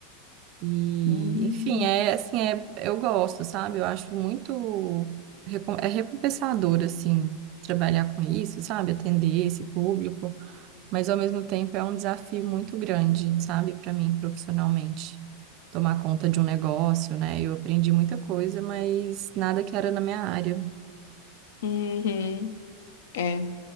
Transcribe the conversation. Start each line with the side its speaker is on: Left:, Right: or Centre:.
Right: E,
Left: Hum.
Right: enfim, é assim, é, eu gosto, sabe? Eu acho muito recom- é recompensador, assim, trabalhar com isso, sabe? Atender esse público, mas ao mesmo tempo é um desafio muito grande, sabe, para mim profissionalmente. Tomar conta de um negócio, né? Eu aprendi muita coisa, mas nada que era na minha área.
Left: Uhum. É,